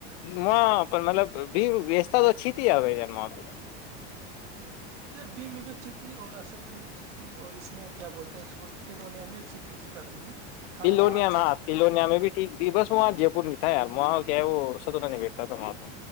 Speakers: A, on the left (about 65°); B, on the right (about 85°).
A: وہ پ مطلب بویواستھا و چت ک آ ج م آ <unintelligible>
B: بیم میں بھی اچھی تھی اور اسب ڈی بھی اچھی تھی اور اس میں کیا بولتے تو اس کو کلو نے میں اچ <unintelligible> اٹتیی ای سی بات نہیں ہے کھانا
A: تلوونیا
B: وانا اچھا
A: میں ہاں
B: اچھا
A: تلوونیا
B: مل
A: میں بھی ٹھیک تھی بس وہاں جے پور یار م آ کہ سد نہیں بیٹتا تھا م آ تو